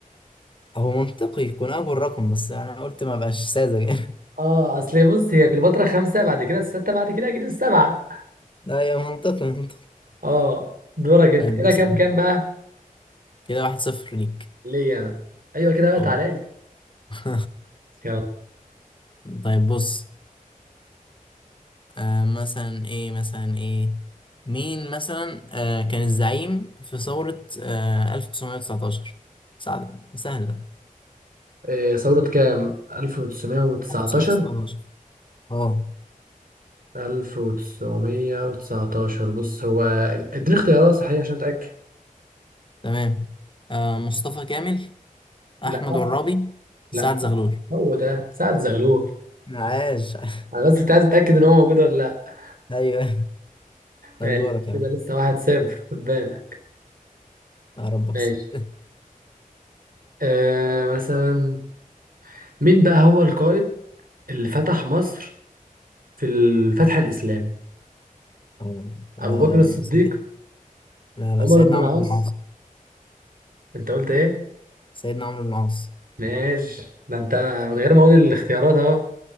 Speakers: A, on the left; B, on the right.
A: هو منطقي يكون اول رقم بس انا قلت ما بقاش ساذج يعني
B: اه اصل بص هي كليوباترا خمسة بعد كده الستة بعد كده أكيد السبعة
A: <laughs> لا يا منطقي منطقي
B: اه دورك أنت
A: طيب
B: كده
A: بص
B: كام كام بقى
A: كده واحد صفر ليك
B: ليا أنا أيوه كده بقى
A: اه
B: تعالى لي
A: <laughs>
B: يلا
A: طيب بص آه مثلا ايه مثلا ايه مين مثلا آه كان الزعيم في ثورة آه 1919 سعد سهل ده
B: إيه ثورة كام 1919
A: 1919 اه
B: 1919 بص هو اديني اختيارات صحيح عشان أتأكد
A: تمام آه مصطفى كامل أحمد
B: لا
A: عرابي
B: لا
A: سعد زغلول
B: هو ده سعد زغلول
A: عاش <laughs>
B: انا بس كنت عايز اتاكد ان هو موجود ولا لا
A: ايوه طيب
B: ماشي
A: دورك يا
B: كده
A: عم
B: لسه واحد صفر خد بالك
A: يا رب اكسب
B: ماشي
A: <laughs>
B: آه مثلا مين بقى هو القائد اللي فتح مصر في الفتح الاسلامي
A: آه،
B: ابو
A: آه،
B: بكر الصديق
A: سيد... لا لا
B: عمر
A: سيدنا
B: بن العاص
A: عمرو بن العاص
B: انت قلت ايه
A: سيدنا عمرو بن العاص
B: ماشي ده انت من
A: عيب
B: غير ما اقول الاختيارات اهو